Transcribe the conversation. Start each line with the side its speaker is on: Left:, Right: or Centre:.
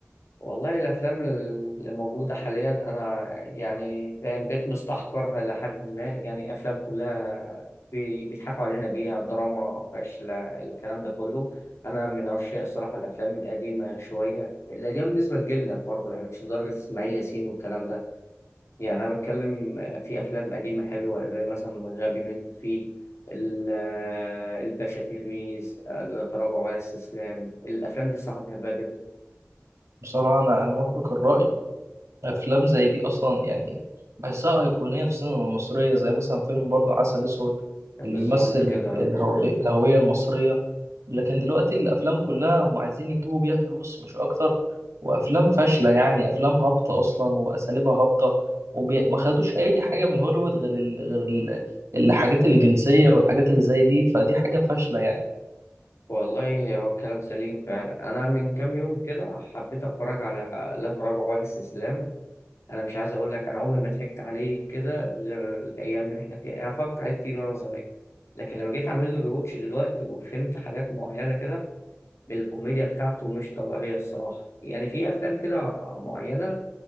Left: والله الأفلام اللي موجودة حاليا أنا يعني فاهم بقيت مستحقرها لحد ما يعني أفلام كلها بي- بيضحكوا علينا بيها دراما فاشلة الكلام ده كله أنا من عشاق صراحة الأفلام القديمة شوية القديمة بالنسبة لجيلنا برضه يعني مش لدرجة إسماعيل ياسين والكلام ده يعني أنا بتكلم في أفلام قديمة حلوة زي مثلا غبي منه فيه ال- الباشا تلميذ لا تراجع ولا استسلام الأفلام دي الصراحة بحبها جدا
Right: بصراحة أنا أنا موافقك الرأي افلام زي دي اصلا يعني بحسها ايقونيه في السينما المصريه زي مثلا فيلم برضو عسل اسود
Left: بالظبط
Right: اللي بيمثل ال-
Left: كده
Right: الهو- الهويه المصريه لكن دلوقتي الافلام كلها هم عايزين يجيبوا بيها فلوس مش اكتر وافلام فاشله يعني افلام هابطه اصلا واساليبها هابطه وما خدوش اي حاجه من هوليوود غير ال... غير ال... الحاجات الجنسيه والحاجات اللي زي دي فدي حاجه فاشله يعني
Left: والله هو الكلام سليم فعلا انا من كام يوم كده حبيت اتفرج على لا تراجع ولا استسلام انا مش عايز اقول لك انا عمري ما ضحكت عليه كده غير الايام اللي احنا فيها انا اتفرجت عليه كتير وانا صغير لكن لما جيت اعمل له ريواتش دلوقتي وفهمت حاجات معينه كده الكوميديا بتاعته مش طبيعيه الصراحه يعني في افلام كده معينه